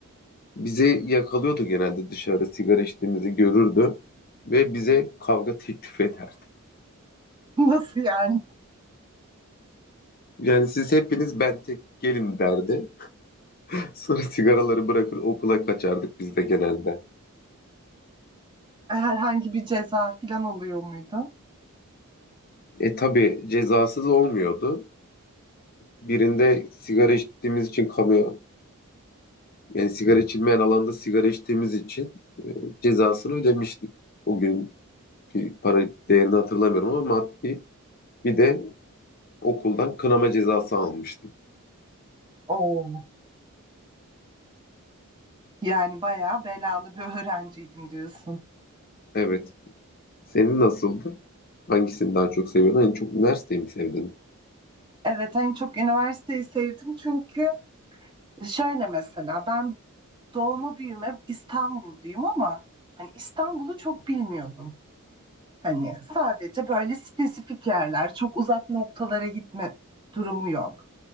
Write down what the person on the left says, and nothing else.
bizi yakalıyordu genelde dışarı sigara içtiğimizi görürdü ve bize kavga teklif ederdi.
Yani siz hepiniz ben tek gelin derdi. <laughs> Sonra sigaraları bırakır okula kaçardık biz de genelde.
E tabii cezasız olmuyordu. Birinde sigara içtiğimiz için kamu yani sigara içilmeyen alanda sigara içtiğimiz için e, cezasını ödemiştik. O günkü para değerini hatırlamıyorum ama maddi bir de okuldan kınama cezası almıştık.
Evet. Senin nasıldı? Hangisini daha çok seviyordun? En çok üniversiteyi mi sevdin?